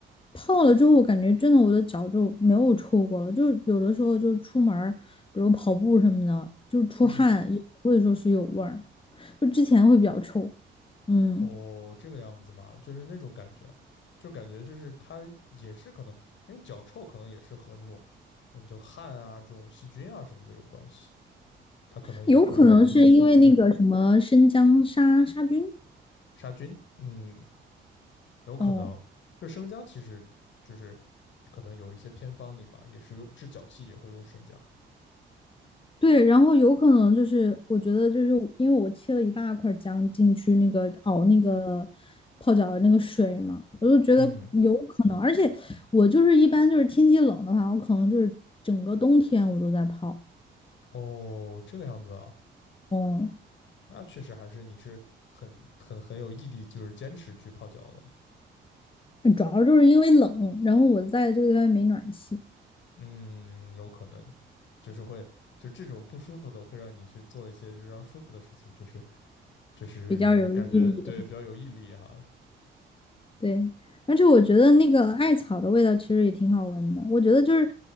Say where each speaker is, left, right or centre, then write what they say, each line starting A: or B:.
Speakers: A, on the left; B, on the left.
A: 泡了之后，我感觉真的我的脚就没有臭过了，就是有的时候就是出门儿，比如跑步什么的，就是出汗也不会说是有味儿，
B: 嗯。
A: 就之前会比较臭，嗯，
B: 哦，这个样子嘛，就是那种感觉啊就感觉就是它也是可能，因为脚臭可能也是和这种，嗯，就汗啊这种细菌啊什么的有关系，它可能也会有一定的效果，
A: 有可能是因为那个什么生姜杀杀菌，
B: 杀菌，嗯，有可能。
A: 哦，
B: 就生姜其实就是可能有一些偏方里嘛，也是有治脚气也会用生姜。
A: 对，然后有可能就是我觉得就是因为我切了一大块姜进去那个熬那个泡脚的那个水嘛，我就觉得有可能，
B: 嗯，
A: 而且我就是一般就是天气冷的话，我可能就是整个冬天我都在泡，
B: 哦，这个样子啊，
A: 嗯，
B: 那确实还是你是很很很有毅力，就是坚持去泡脚的。
A: 主要就是因为冷，然后我在这个地方没暖气，
B: 嗯，有可能，就是会，就这种不舒服的会让你去做一些日常舒服的事情，就是就是感觉对比较有毅力哈。
A: 比较有毅力的。对，而且我觉得那个艾草的味道其实也挺好闻的。我觉得就是